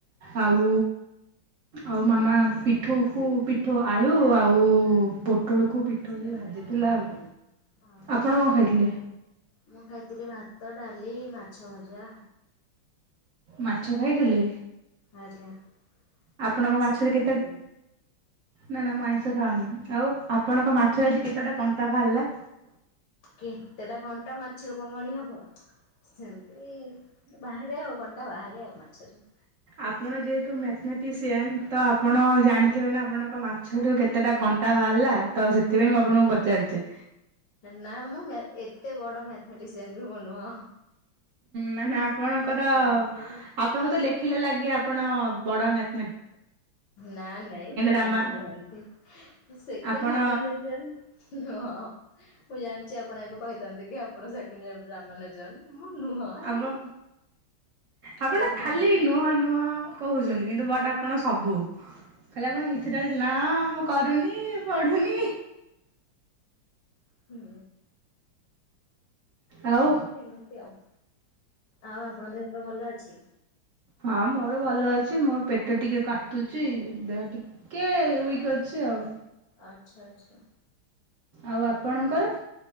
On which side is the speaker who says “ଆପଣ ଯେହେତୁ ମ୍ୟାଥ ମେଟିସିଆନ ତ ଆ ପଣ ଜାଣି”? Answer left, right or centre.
Right